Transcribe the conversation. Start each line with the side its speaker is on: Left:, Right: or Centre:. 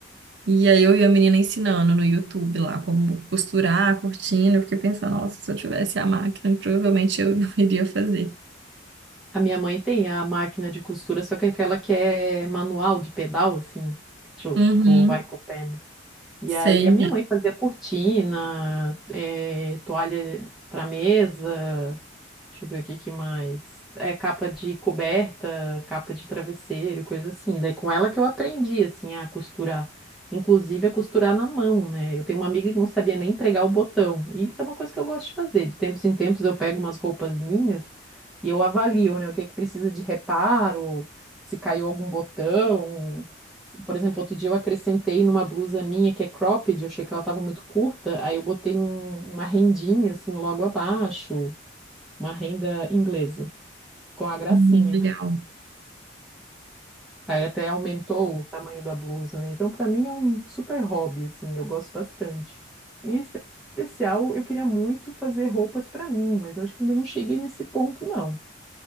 Right: E aí eu vi a menina ensinando no YouTube lá como costurar a cortina. Eu fiquei pensando, nossa, se eu tivesse a máquina, provavelmente eu <laughs> iria fazer.
Centre: A minha mãe tem a máquina de costura, só que é aquela que é manual, de pedal, assim. Tu,
Right: Uhum,
Centre: tu vai com o pé, né? E
Right: sei,
Centre: aí a minha
Right: né?
Centre: mãe fazia cortina, eh, toalha para mesa, Deixa eu ver o que que mais. É capa de coberta, capa de travesseiro, coisa assim. Daí com ela que eu aprendi assim a costurar, inclusive a costurar na mão, né? Eu tenho uma amiga que não sabia nem pregar o botão. E isso é uma coisa que eu gosto de fazer. De tempos em tempos eu pego umas roupas minhas e eu avalio, né, o que é que precisa de reparo, se caiu algum botão. Se- Por exemplo, outro dia eu acrescentei numa blusa minha que é cropped, eu achei que ela estava muito curta, aí eu botei um- uma rendinha assim logo abaixo uma renda inglesa, com a gracinha.
Right: Hum, legal.
Centre: Aí até aumentou o tamanho da blusa, né? Então, para mim é um super hobby, assim, eu gosto bastante. Em especial, eu queria muito fazer roupas para mim, mas eu acho que ainda não cheguei nesse ponto, não.